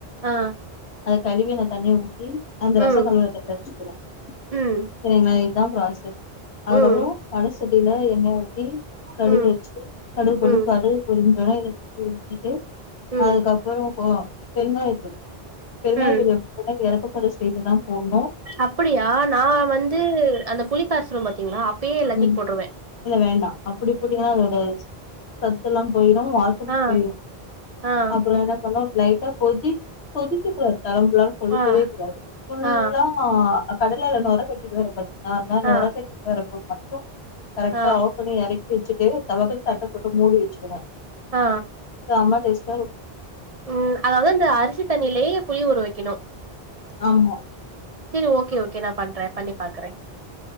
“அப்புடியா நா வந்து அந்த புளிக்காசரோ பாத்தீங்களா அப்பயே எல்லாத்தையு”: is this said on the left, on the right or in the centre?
Right